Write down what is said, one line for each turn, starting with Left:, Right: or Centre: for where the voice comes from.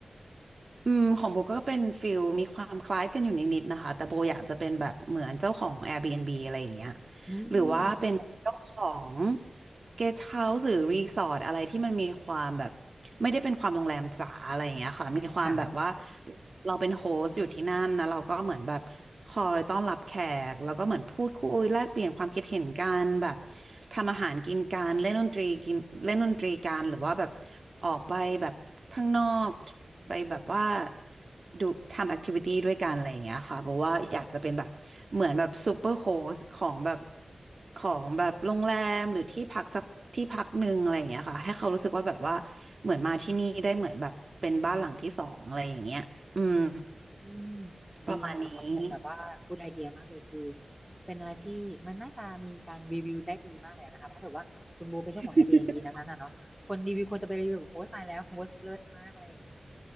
Right: อืมของโบก็เป็นฟิลมีความคล้ายกันอยู่นิดๆนะคะแต่โบอยากจะเป็นแบบเหมือนเจ้าของ Airbnb อะไรอย่างเงี้ย
Centre: อืม
Right: หรือว่าเป็นเจ้าของ guest house หรือรีสอร์ทอะไรที่มันมีความแบบไม่ได้เป็นความโรงแรมจ๋าอะไรอย่างเงี้ยค่ะมีความแบบว่า
Centre: ค่ะ
Right: เราเป็นโฮสต์อยู่ที่นั่นนะเราก็เหมือนแบบคอยต้อนรับแขกแล้วก็เหมือนพูดคุยแลกเปลี่ยนความคิดเห็นกันแบบทำอาหารกินกันเล่นดนตรีกินเล่นดนตรีกันหรือว่าแบบ ออกไปแบบข้างนอกไปแบบว่าดูทำแอคทิวิตี้ด้วยกันอะไรอย่างเงี้ยค่ะบอกว่าอยากจะเป็นแบบเหมือนแบบซูเปอร์โฮสของแบบของแบบโรงแรมหรือที่พักสักที่พักหนึ่งอะไรอย่างเงี้ยค่ะให้เขารู้สึกว่าแบบว่าเหมือนมาที่นี่ได้เหมือนแบบเป็นบ้านหลังที่สองอะไรอย่างเงี้ยอืม
Centre: อืม
Right: ประมาณนี้
Centre: ดีนะค่ะความเป็นแบบว่าพูดไอเดียมากเลยคือเป็นอะไรที่มันน่าจะมีการรีวิวได้ดีมากเลยนะคะถ้าเกิดว่าคุณโบเป็นเจ้าของ
Right: <laughs>
Centre: Airbnb นั้นๆนะเนาะคนรีวิวควรจะไปรีวิวแบบโอ๊ยตายแล้ว w o r s t เลิศมากอะไรอย่างนี้